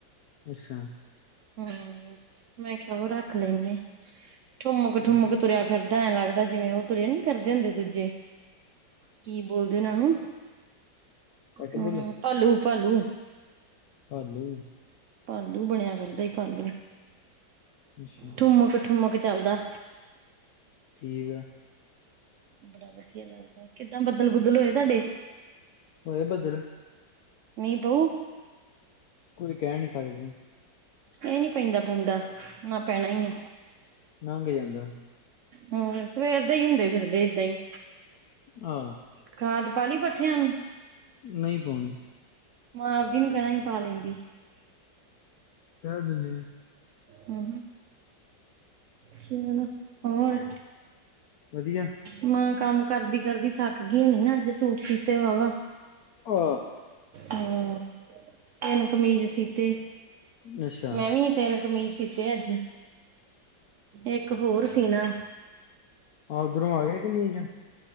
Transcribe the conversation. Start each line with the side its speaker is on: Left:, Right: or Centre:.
Left: ਅੱਛਾ
Right: ਹਮ, ਮੈਂ ਕਿਹਾ ਉਹ ਰੱਖ ਲੈਂਦੇੇ, ਠੁੰਮਕ-
Left: ਠੀਕ
Right: ਠੁੰਮਕ
Left: ਆ
Right: ਤੁਰਿਆ ਫਿਰਦਾ ਐਂ ਲੱਗਦਾ ਜਿਵੇ ਉਹ ਤੁਰਿਆ ਨੀ ਫਿਰਦੇ ਹੁੰਦੇ ਦੂਜੇ, ਕੀ ਬੋਲਦੇ ਉਹਨਾਂ ਨੂੰ
Left: ਪੈਟਬੁਲ
Right: ਹੂੰ, ਭਾਲੂ-ਭਾਲੂ।
Left: ਭਾਲੂ।
Right: ਭਾਲੂ ਬਣਿਆ ਫਿਰਦਾ, ਭਾਲੂ।
Left: ਅੱਛਾ।
Right: ਠੁੰਮਕ-ਠੁੰਮਕ ਚੱਲਦਾ।
Left: ਠੀਕ ਆ।
Right: ਬੜਾ ਵਧੀਆ ਲੱਗਦਾ, ਕਿੱਦਾਂ ਬੱਦਲ-ਬੁਦਲ ਹੋਏ ਤੁਹਾਡੇ?
Left: ਹੋਏ ਬੱਦਲ?
Right: ਮੀਂਹ ਪਊ?
Left: ਕੁਝ ਕਹਿਨੀ ਸਕਦੇ।
Right: ਇਹ ਨੀ ਪੈਂਦਾ-ਪੂੰਦਾ, ਨਾ ਪੈਣਾ ਈਆ।
Left: ਨੰਘ ਜਾਂਦਾ।
Right: ਹੋਰ, ਸਵੇਰ ਦੇ ਈ ਹੁੰਦੇ ਫਿਰਦੇ ਏਦਾਂ ਹੀ।
Left: ਆ।
Right: ਖਾਦ ਪਾਲਈ ਪੱਠਿਆਂ ਨੂੰ?
Left: ਨਹੀ ਪਾਉਣੀ।
Right: ਮਾਂ ਆਪਦੀ ਨੂੰ ਕਹਿਣਾ ਹੀ ਪਾ ਲੇਂਦੀ।
Left: ਕਹਿ ਦਿੰਨੇ ਆਂ।
Right: ਹੂੰ, ਹੂੰ ਚੱਲੋ, ਹੋਰ?
Left: ਵਧੀਆ।
Right: ਮਾਂ ਕੰਮ ਕਰਦੀ-ਕਰਦੀ ਥੱਕ ਗਈ ਹੋਣੀ ਨਾ, ਅੱਜ ਸੂੱਟ ਸੀਤੇ ਵਾਵਾ।
Left: ਆਹ
Right: ਹੂੰ, ਤਿੰਨ ਕਮੀਜ਼ ਸੀਤੇ।
Left: ਅੱਛਾ
Right: ''ਮੈਂ ਵੀ ਤਿੰਨ ਕਮੀਜ਼ ਸੀਤੇ ਅੱਜ, ਇੱਕ ਹੋਰ ਸੀਣਾ।
Left: ਓਧਰੋ ਆ ਗਏ ਕਮੀਜ਼?